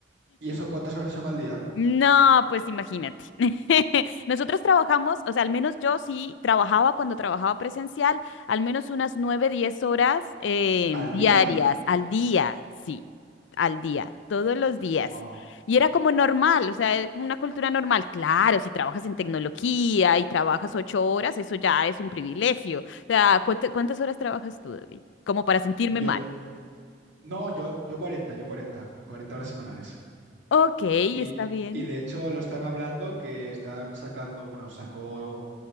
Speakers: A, on the right (about 70°); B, on the left (about 70°).
A: ¿Y eso cuántas horas son al día?
B: No, pues imagínate. <laughs> Nosotros trabajamos, o sea, al menos yo sí trabajaba cuando trabajaba presencial, al menos unas 9 10 horas eh,
A: ¿Al
B: diarias,
A: día?
B: al día, sí, al día, todos los días.
A: Wow.
B: Y era como normal, o sea, era como una cultura normal. Claro, si trabajas en tecnología y trabajas ocho horas, eso ya es un privilegio. O sea, ¿cuánta- ¿cuántas horas trabajas tú, David? Como para sentirme
A: Yo,
B: mal.
A: no, yo, yo cuarenta, yo cuarenta, 40 horas semanales.
B: Ok,
A: Y,
B: está bien.
A: y de hecho lo están hablando que están sacando, bueno, sacó